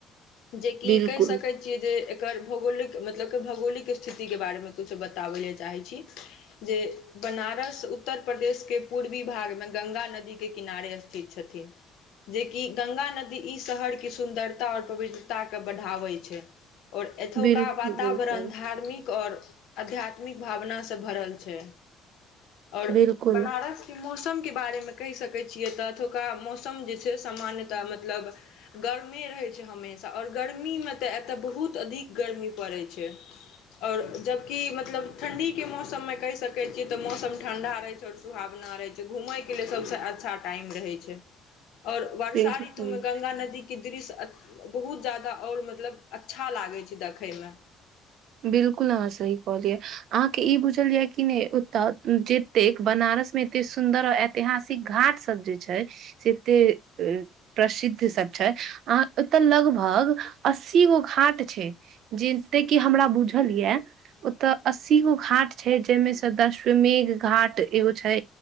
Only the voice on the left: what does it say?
जे कि
कहि सकैत छियै जे एकर भौगोलिक मतलब भौगोलिक स्थितिके बारेमे किछु बताबै ले चाहै छी जे बनारस उत्तर प्रदेश के पूर्वी भागमे गंगा नदी के किनारे स्थित छथिन। जेकि ग्ंगा नदी ई शहर के सुन्दरता आओर पवित्रता के बढ़ाबै छै। आओर एतुका
वातावरण
धार्मिक आओर आध्यात्मिक भावना सँ भरल छै और
बनारस मौसम के बारेमे कहि सकै छियै तऽ एतुका मौसम जे छै सामान्यतः मतलब गर्मी रहैत छै हमेशा आओर गर्मी में तऽ एतय बहुत अधिक गर्मी पड़ैत छै। आओर जबकि मतलब ठण्डी के मौसम मे कहि सकै छियै तऽ मौसम ठण्डा रहै छै आओर सुहावना रहै छै घुमय के लिए सबसे अच्छा टाइम रहै छै।
आओर वर्षा
ऋतुमे गङ्गा नदीके दृश्य बहुत ज्यादा आओर मतलब अच्छा लागै छै देखै में।